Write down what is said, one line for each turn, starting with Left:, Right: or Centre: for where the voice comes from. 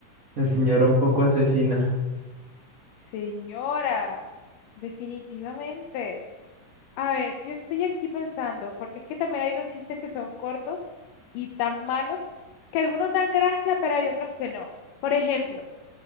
Right: La señora un poco asesina.
Left: señora, definitivamente. A ver, yo estoy aquí pensando, porque es que también hay unos chistes que son cortos y tan malos que algunos dan gracia, pero hay otros que no. Por ejemplo,